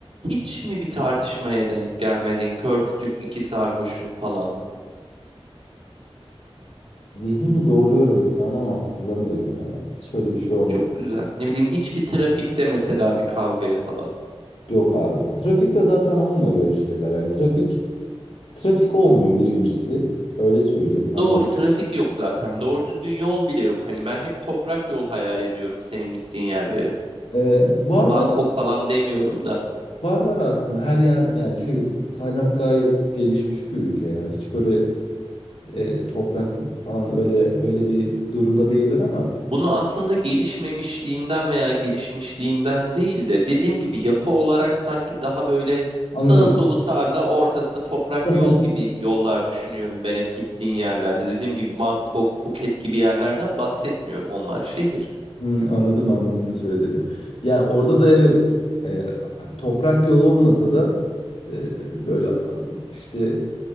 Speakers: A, on the right; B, on the left.
A: hiç mi bir tartışmaya denk gelmedin? Kör kütük iki sarhoşun falan.
B: zihnimi zorluyorum şu an ama hatırlamıyorum yani. Hiç öyle bir şey
A: Abi
B: olmadı.
A: çok güzel. Ne bileyim hiçbir trafikte mesela bir kavgaya falan.
B: Yok abi. Trafikte zaten olmuyor böyle şeyler. Yani trafik trafik olmuyor birincisi. Öyle söyleyeyim. Hani
A: Doğru trafik yok zaten. Doğru düzgün yol bile yok. Hani ben hep toprak yol hayal ediyorum senin gittiğin yerleri.
B: e, var
A: Bangkok
B: var
A: falan demiyorum da.
B: var var aslında her yer yani şey Tayland gayet gelişmiş bir ülke ya. Hiç böyle e, toprak falan öyle öyle bir durumda değiller ama
A: Bunu aslında gelişmemişliğinden veya gelişmişliğinden değil de dediğim gibi yapı olarak sanki daha böyle
B: anladım.
A: sağı solu tarla ortası da toprak
B: <laughs>
A: yol gibi yollar düşünüyorum ben hep gittiğin yerlerde. Dediğim gibi Bangkok, Phuket gibi yerlerden bahsetmiyorum onlar şehir.
B: Hmm, anladım anladım ne söylediğini. Yani orada da evet e, toprak yol olmasa da e, böyle işte